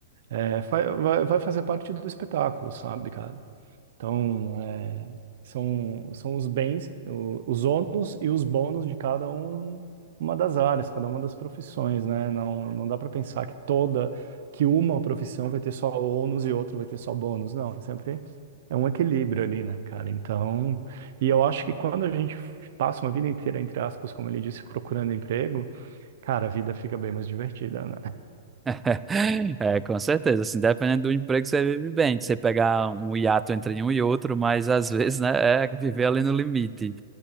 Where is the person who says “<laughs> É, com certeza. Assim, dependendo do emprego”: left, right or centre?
Right